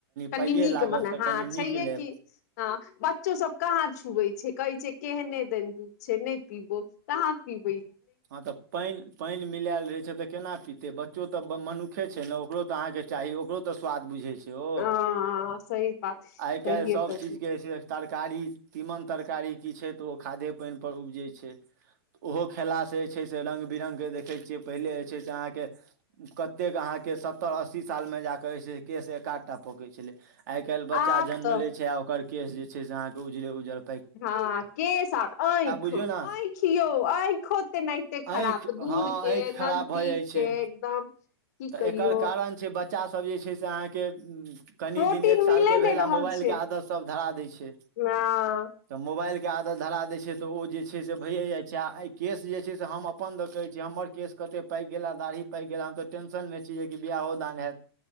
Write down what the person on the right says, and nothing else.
पाइए
लागत
तऽ
कनि
नीक लेब
हँ तऽ पानि पानिमे मिलैल रहे छै त केना पीते बच्चो त ब मनुखे छै न ओकरो त अहा के चाही ओकरो त स्वाद बुझे छै छै ओ
आइ काल्हि सभ
चीजके जे छै से तरकारी तीमन तरकारी की छै तऽ ओ खादे पानि पर उपजे छै ओहो खेला छै से रंग बिरंग के देखय छियै पहिले जे छै से अहां के कत्तेक अहांके सत्तर अस्सी साल मे मे जाक जे छै से केश एक आधटा पकै छलै आइ काल्हि बच्चा
जन्म
ले छै आ ओकर केस जे छै से अहाँ के उजड़े उजड़
बुझियौ ने
आँखि
हँ
आँखि
खराब भऽ जाइ छै
तऽ
एकर कारण छै बच्चासभ जे छै से अहाँके अ्म कनि
दिन एक
साल के
भेल
आ मोबाइल
के आदत सब धरा दै छै
तऽ मोबाइलके आदत धरा दै छै तऽ ओ जे छै से भैये जाइ छै आय केस जे छै से हम अपन कहै छी हमर केस कते पाइक गेल या दाढ़ी पाइक गेल या हम त टेंशन म छी जे कि बियाहो दान हेयत